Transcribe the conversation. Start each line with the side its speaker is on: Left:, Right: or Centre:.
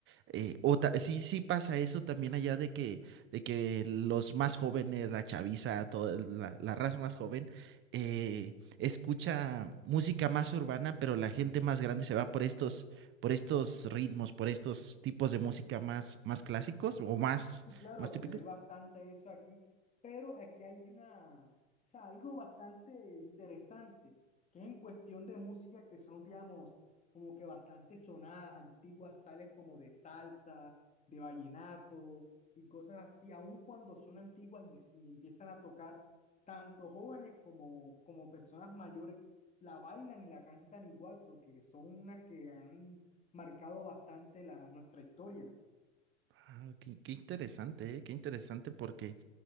Right: eh, o ta- sí, sí pasa eso también allá de que, de que los más jóvenes, la chaviza, toda la, la raza más joven, eh, escucha música más urbana, pero la gente más grande se va por estos, por estos ritmos, por estos tipos de música más, más clásicos o más,
Left: Y claro,
Right: más
Left: se
Right: típicos.
Left: ve bastante eso aquí, pero aquí hay una, o sea, algo bastante interesante, que es en cuestión de música que son, digamos, como que bastante sonadas, antiguas, tales como de salsa, de vallenato y cosas así, aun cuando son antiguas y, y empiezan a tocar, tanto jóvenes como, como personas mayores la bailan y la cantan igual, porque son unas que han marcado bastante la, nuestra historia.
Right: Ah, qué, qué interesante, eh, Qué interesante porque.